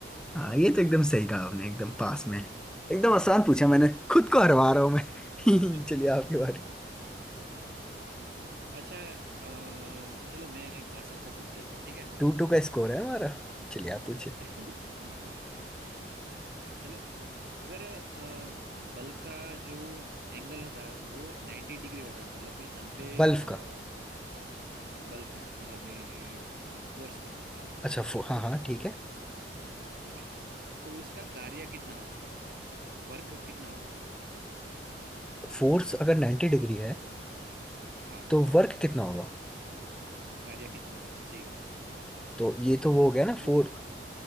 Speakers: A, in the centre; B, on the right.
A: हाँ ये तो एकदम सही कहा आपने एकदम पास में एकदम आसान पूछा मैंने खुद को हरवा रहा हूँ मैं <laughs>
B: <laughs>
A: चलिए आपकी बारी
B: अच्छा अ, चलो मैं एक आसान सा पूछ लेता हूँ ठीक है
A: टू टू का स्कोर है हमारा चलिए आप पूछिए
B: <laughs> चलो मगर अ, बल का जो एंगल होता है वो 90 डिग्री होता है मतलब में नब्बे
A: बल्ब
B: अ,
A: का
B: बल का मतलब में फोर्स का हाँ
A: अच्छा फो, हाँ हाँ ठीक है
B: ठीक है तो उसका कार्य कितना होगा वर्क कितना होगा
A: फोर्स अगर 90 डिग्री है
B: हाँ
A: तो वर्क कितना होगा
B: कार्य कितना होगा जी
A: तो ये तो वो हो गया
B: ऑप्शन
A: ना
B: दो
A: फोर